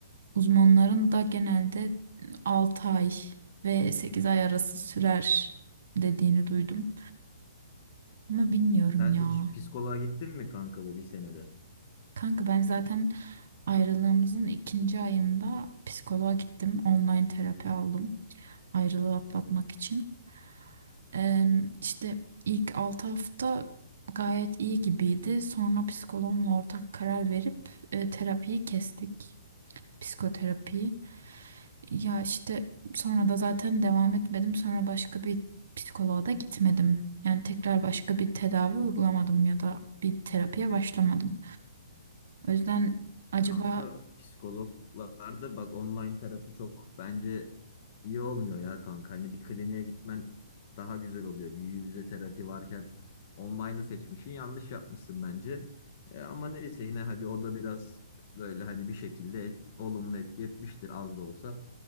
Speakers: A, on the right (about 60°); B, on the left (about 45°).
A: uzmanların da genelde 6 ay ve 8 ay arası sürer dediğini duydum. Ama bilmiyorum
B: Sen
A: ya.
B: hiç psikoloğa gittin mi kanka bu bir senede?
A: Kanka ben zaten ayrılığımızın ikinci ayında psikoloğa gittim. Online terapi aldım ayrılığı atlatmak için. Eee işte ilk 6 hafta gayet iyi gibiydi. Sonra psikoloğumla ortak karar verip e, terapiyi kestik. Psikoterapiyi. Ya işte sonra da zaten devam etmedim. Sonra başka bir psikoloğa da gitmedim. Yani tekrar başka bir tedavi uygulamadım ya da bir terapiye başlamadım. O yüzden acaba
B: Kanka psikologlarda bak online terapi çok bence iyi olmuyor ya kanka. Hani bir kliniğe gitmen daha güzel oluyor. Bir yüz yüze terapi varken online'ı seçmişsin yanlış yapmışsın bence. E, ama neyse yine hadi o da biraz böyle hani bir şekilde et- olumlu etki etmiştir az da olsa.